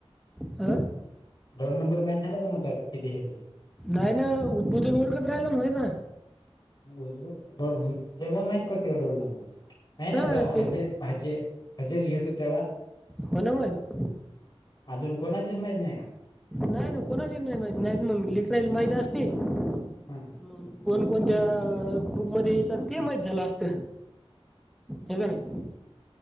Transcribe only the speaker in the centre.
हा
नाही ना <inaudible> वर्कच राहिला ना माझा
हां त्याच्या
हो ना मग.
नाही ना कोणाचीच नाही माहती नाही त मंग लेकराईल माहीत असती मंग
कोण कोणत्या ग्रुपमध्ये येतात ते माहीत झालं असतं. हे का नाही